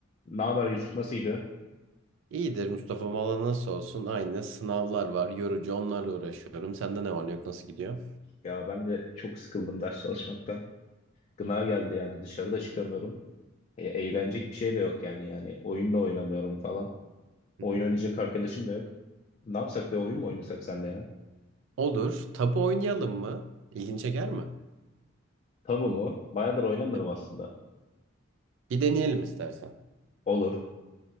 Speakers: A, on the left; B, on the right.
A: Ne haber Yusuf nasıl gidiyor?
B: İyidir Mustafa Valla nasıl olsun? Aynı sınavlar var. Yorucu onlarla uğraşıyorum. Sende ne var ne yok nasıl gidiyor?
A: Ya ben de çok sıkıldım ders çalışmaktan. Gına geldi yani dışarıda çıkamıyorum. E, eğlenecek bir şey de yok yani. Yani oyun da oynamıyorum falan.
B: Hı
A: Oyun
B: hı.
A: oynayacak arkadaşım da yok. Ne yapsak bir oyun mu oynasak senle ya?
B: Olur. Tabu oynayalım mı? İlgin çeker mi?
A: Tabu mu? Bayağıdır oynamıyorum
B: E,
A: aslında.
B: Bir deneyelim istersen.
A: Olur.